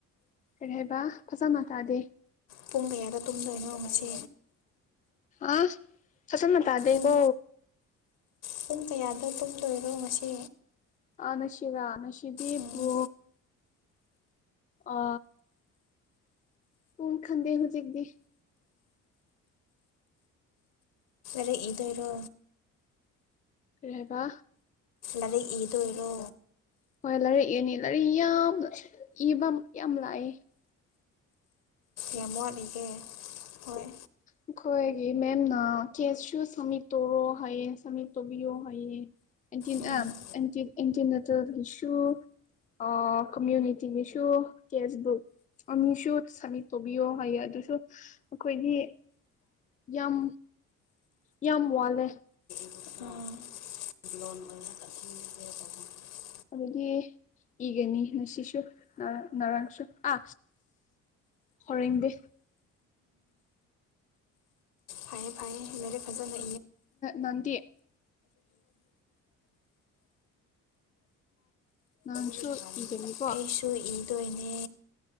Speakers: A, on the left (about 20°); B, on the left (about 75°).
A: ꯀꯔꯤ ꯍꯥꯏꯕ ꯐꯖꯅ ꯇꯥꯗꯦ
B: ꯄꯨꯡ ꯀꯌꯥꯗ ꯇꯨꯝꯗꯣꯏꯅꯣ ꯉꯁꯤ
A: ꯑ ꯐꯁꯟꯅ ꯇꯗꯦꯀꯣ
B: ꯄꯨꯡ ꯄꯨꯡ ꯀꯌꯥꯗꯣ ꯄꯨꯝꯗꯣꯏꯔꯣ ꯉꯁꯤ
A: ꯑ ꯅꯁꯤꯗꯥ ꯅꯁꯤꯗꯤ
B: ꯎꯝ
A: ꯄ ꯑ ꯎ ꯈꯟꯗꯦ ꯍꯧꯖꯤꯛꯇꯗꯤ
B: ꯔꯦ ꯏꯗꯣꯏꯔꯣ
A: ꯔꯦꯕ
B: ꯑꯗꯦ ꯏꯗ ꯑꯣꯏꯂꯣ
A: ꯍꯣꯏ ꯂꯥꯏꯔꯤꯛ ꯏꯅꯤ ꯂꯥꯏꯔꯤꯛ ꯌꯥꯝ ꯏꯕ ꯌꯥꯝ ꯂꯥꯛꯏꯦ
B: ꯌꯥꯝꯋꯥꯠꯂꯤꯒꯦ ꯍꯣꯏ
A: ꯑꯩꯈꯣꯏꯒꯤ ꯃꯦꯝꯅ ꯀꯦꯁꯁꯨ ꯁꯝꯃꯤꯠ ꯇꯧꯔꯣ ꯍꯥꯏꯌꯦ ꯁꯝꯃꯤꯠ ꯇꯧꯕꯤꯌꯣ ꯍꯥꯏꯌꯦ ꯑꯦꯟꯇ
B: ꯎꯝ
A: ꯑꯦꯟꯇꯤꯅꯠꯇꯒꯤꯁꯨ ꯑ ꯀꯃ꯭ꯨꯅꯤꯇꯤ ꯁꯨꯨ ꯐꯦꯁꯕꯨꯛ ꯑꯃꯁꯨ ꯁ ꯇꯕꯤꯌ ꯍꯥꯏ ꯑꯗꯨꯁꯨ ꯗꯤ ꯌꯥꯝ ꯌꯥꯝ ꯋꯥꯜꯂꯦ
B: ꯑꯥ
A: ꯑꯗꯨꯗꯤ ꯍꯒꯅꯤꯅꯁꯤꯁꯨꯨ ꯅꯔ ꯅꯔꯥꯡꯁꯨꯨ ꯑ ꯍꯣꯔꯦꯡꯕꯤꯦ
B: ꯍꯥꯏ ꯐꯑ ꯃꯦ ꯐꯖꯅ
A: ꯅꯪꯗꯤ ꯅꯍꯥꯟꯁꯨ
B: <unintelligible>
A: ꯏꯒꯅꯤꯀꯣ
B: ꯑꯩꯁꯨ ꯗꯣꯏꯅꯦ